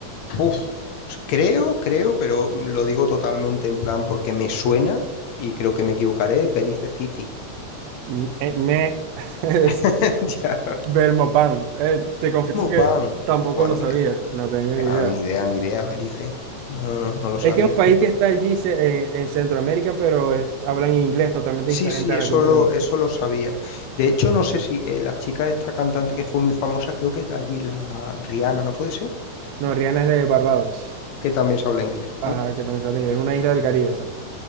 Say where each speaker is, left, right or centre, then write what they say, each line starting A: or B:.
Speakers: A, on the left; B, on the right.
A: buf. Creo, creo, pero lo digo totalmente en plan porque me suena y creo que me equivocaré. Belice City.
B: Mm, eh, Me <laughs> es
A: <laughs> Ya.
B: Belmopan. Eh, te confieso que
A: Pan,
B: tampoco
A: Buah,
B: lo
A: ni
B: sabía,
A: idea.
B: no tenía ni
A: Ah,
B: idea.
A: ni idea, ni idea, Belice. No, no, no, no lo sabía.
B: Es que es un país que está allí se- en, en Centroamérica, pero es- hablan inglés totalmente
A: Sí,
B: diferente
A: sí,
B: a
A: eso
B: la cultura.
A: lo, eso lo sabía. De
B: Sí.
A: hecho, no sé si eh, la chica de esta cantante que fue muy famosa, creo que es de allí, la Rihanna, ¿no puede ser?
B: No, Rihanna es de Barbados.
A: Que también se habla inglés,
B: Ajá,
A: ¿no?
B: que también se habla inglés. Es una isla del Caribe, exacto.